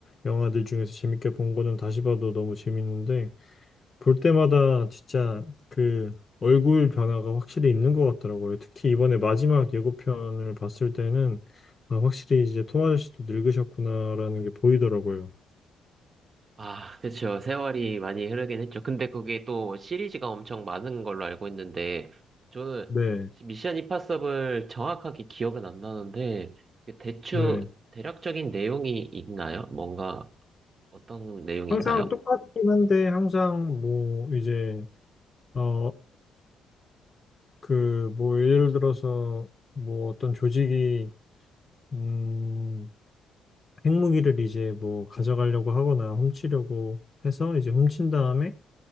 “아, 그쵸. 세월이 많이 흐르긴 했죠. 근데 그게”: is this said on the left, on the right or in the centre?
Right